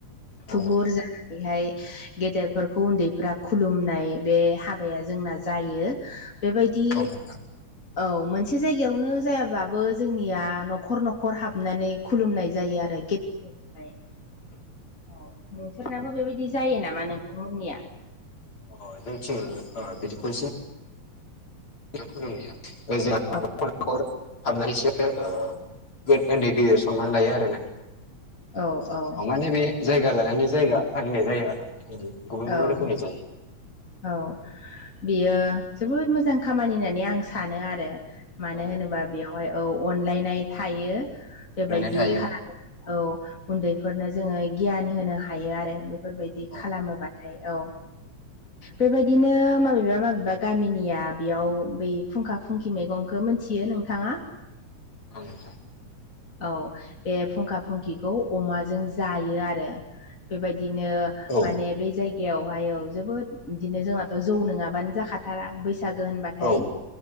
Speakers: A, on the left (about 45°); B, on the left (about 25°).
A: औ
B: थुबुर जानानैहाय गेदेरफोरखौ उन्दैफ्रा खुलुमनाय बे हाबाया जोंना जायो बेबायदि
A: औ नोंथां
B: औ मोनसे जायगायावनो जायाबाबो जोंनिया न'खर-न'खर हाबनानै खुलुमनाय जायो आरो गे <unintelligible> औ नोंसोरनाबो बेबायदि जायो नामा नोंथांमोननिया।
A: अ जोंथिं बिदि <unintelligible> <unintelligible> ओ जोङा
B: औ
A: नखर-नखर हाबनानैसो ओ गोद उन्दै गेदेर सनमान लायो आरो ना
B: औ औ
A: माने बे जायगा लानानै जायगा फालिनाय जायो आरो गुबुन-गुबुन
B: औ
A: रोखोमनि जायो।
B: औ बियो जोबोद मोजां खामानि होननानै आं सानो आरो। मानो
A: औ
B: होनोबा बेवहाय औ अनलायनाय थायो बेबायदि
A: अनलायनाय थायो
B: खालाम औ उन्दैफोरनो जोङो गियान होनो हायो आरो बेफोरबायदि
A: औ
B: खालामोबा। ओमफ्राय औ। बेबायदिनो माबेबा-माबेबा गामिनिया बेयाव बै फुंखा फुंखि मैगंखौ मिथियो नोंथाङा।
A: औ नोंथां।
B: औ बे फुंखा फुंखिखौ अमाजों जायो आरो। बेबायदिनो
A: औ
B: माने बे जायगायावहाय औ जोबोद बिदिनो जोंनाथ' जौ नङाबानो जाखाद थारा बैसागो होनबाथाय
A: औ